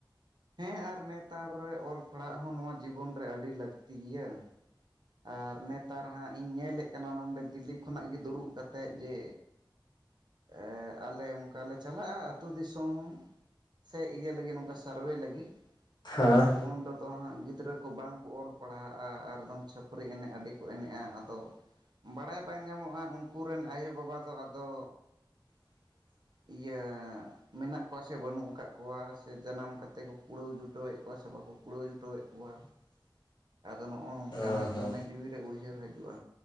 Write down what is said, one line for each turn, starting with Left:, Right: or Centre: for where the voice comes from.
Right: ᱦᱮᱸ ᱟᱨ ᱱᱮᱛᱟᱨ ᱨᱮ ᱚᱞ ᱯᱟᱲᱦᱟᱜ ᱦᱚᱸ ᱱᱚᱣᱟ ᱡᱤᱵᱚᱱ ᱨᱮ ᱟᱹᱰᱤ ᱞᱟᱹᱠᱛᱤ ᱜᱮᱭᱟ ᱾ ᱟᱨ ᱱᱮᱛᱟᱨ ᱦᱟᱸᱜ ᱤᱧ ᱧᱮᱞᱮᱫ ᱠᱟᱱᱟ ᱱᱚᱸᱰᱮ ᱫᱤᱞᱞᱤ ᱠᱷᱚᱱᱟᱜ ᱜᱮ ᱫᱩᱲᱩᱵ ᱠᱟᱛᱮᱫ ᱡᱮᱼᱼ ᱮ ᱟᱞᱮ ᱚᱱᱠᱟ ᱞᱮ ᱪᱟᱞᱟᱜᱼᱟ ᱟᱹᱛᱩ ᱫᱤᱥᱚᱢ ᱥᱮ ᱤᱭᱟᱹ ᱞᱟᱹᱜᱤᱫ ᱱᱚᱝᱠᱟ ᱥᱟᱨᱵᱷᱮ ᱞᱟᱹᱜᱤᱫ
Left: ᱦᱮᱸ
Right: ᱟᱫᱚ ᱩᱱ ᱨᱮᱫᱚ ᱦᱟᱸᱜ ᱜᱤᱫᱽᱨᱟᱹ ᱠᱚ ᱵᱟᱝ ᱠᱚ ᱚᱞ ᱯᱟᱲᱦᱟᱜᱼᱟ ᱟᱨᱫᱚᱢ ᱪᱷᱟᱯ ᱯᱨᱤ ᱮᱱᱮᱡ ᱟᱹᱰᱤ ᱠᱚ ᱮᱱᱮᱡᱼᱟ ᱟᱫᱚ ᱵᱟᱲᱟᱭ ᱵᱟᱝ ᱧᱟᱢᱚᱜᱼᱟ ᱩᱱᱠᱩ ᱨᱮᱱ ᱟᱭᱳᱼᱵᱟᱵᱟ ᱫᱚ ᱟᱫᱚᱼᱼ
Left: <inaudible>
Right: ᱤᱭᱟᱹ ᱢᱮᱱᱟᱜ ᱠᱚᱣᱟ ᱥᱮ ᱵᱟᱹᱱᱩᱜ ᱟᱠᱟᱫ ᱠᱚᱣᱟ ᱥᱮ ᱡᱟᱱᱟᱢ ᱠᱟᱛᱮᱫ ᱠᱚ ᱠᱩᱲᱟᱹᱣ ᱡᱩᱴᱟᱹᱣ ᱮᱫ ᱠᱚᱣᱟ ᱥᱮ ᱵᱟᱠᱚᱼᱼ ᱠᱩᱲᱟᱹᱣ ᱡᱩᱴᱟᱹᱣ ᱮᱫ ᱠᱚᱣᱟ
Left: <inaudible>
Right: ᱟᱫᱚ ᱱᱚᱜᱼᱚ ᱱᱚᱝᱠᱟᱱᱟᱜ
Left: ᱦᱮᱸ ᱦᱮᱸ
Right: ᱢᱚᱱᱮ ᱡᱤᱣᱤ ᱨᱮ ᱩᱭᱦᱟᱹᱨ ᱦᱤᱡᱩᱜᱼᱟ᱾